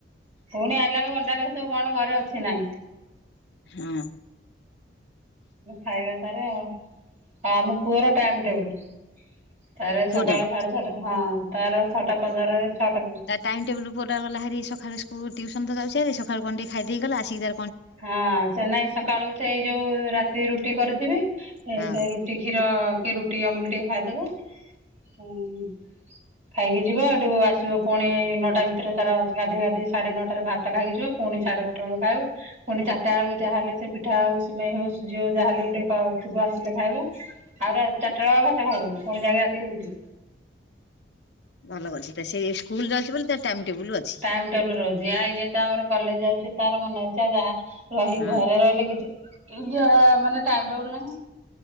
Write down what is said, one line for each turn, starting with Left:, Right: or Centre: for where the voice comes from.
Right: ପୁଣି ଆଇଲା ବଳକୁ ଅଣ୍ଡାଳିବ କଣ ଘରେ ଅଛି ନାହିଁ?
Left: ହଁ,
Right: ଖାଇବା ତାର, ଆଉ ଆମ ପୁଅର ଟାଇମ ଟେବୁଲ। ତାର
Left: ପୁଅଟାର
Right: ସକାଳେ ସାଢେ ଛଅଟା ହଁ ତାର ଛଅଟା ପନ୍ଦରରେ ଛଅଟା
Left: ଟାଇମ୍ ଟେବୁଲ୍ ପୁଅଟା ଗଲା ହାରି ସକାଳୁ ସ୍କୁଲ୍ ଟ୍ୟୁସନ ତଯାଉଚି ହାରି ସକାଳୁ କଣଟିକେ ଖାଇ ଦେଇ ଗଲା ଆସିକି ତା
Right: ହଁ ସେନାଇଁ ସକାଳୁ ସେଇ ଯୋଉ ରା ରୁଟି କରିଥିବି
Left: ହଁ
Right: ସେରୁଟି କ୍ଷୀର କିରୁଟି ଅମୁଲୁ ଟିକେ ଖାଇଦବୁ ହୁଁ। ଖାଇକି ଯିବ ଏଠୁ ଆସିବ ପୁଣି ନଅଟା ଭିତରେ ତାର ଗାଧୋଇ ଗାଧୋଇ ସାଢେ ନଅଟା ତାର ଭାତ ଖାଇକିଯିବ ପୁଣି ସଢେ ଗୋଟେ ବେଳକୁ ଖାଇବ ପୁଣି ଚାରିଟା ବେଳେ ଯାହା ହେଲେ ସେପିଠା ହଉ ସିମେଇ ହଉ ସୁଜି ହଉ ଯାହାହେଲେ ଗୋଟେ କ ଥିବ ଆସିଲେ ଖାଇବ ଆଉ ଚିରିଟା ବେଳେ ଆଉ ଭାତ ଖାଇବନି ପୁଣି ଯାଇକି ରାତିକି ରୁଟି।
Left: ଭଲ କରିଚି ସେସ୍କୁଲ୍ ଯାଉଚି ବୋଲି ତା ଟାଇମ୍ ଟେବୁଲ୍ ଅଛି।
Right: ଟାଇମ୍ ଟେବୁଲ୍ ରହୁଚି ଆଉ ଇଏତ ଆମର କଲେଜ୍ ଯାଉଚି ତାର ମନେ ଅଉଚି ଯାହା ରହି
Left: ହଁ।
Right: ଘରେ ରହିଲେ କିଛି ଯା ମାନେ ଟାଇମ୍ ଟେବୁଲ୍ ନାହିଁ।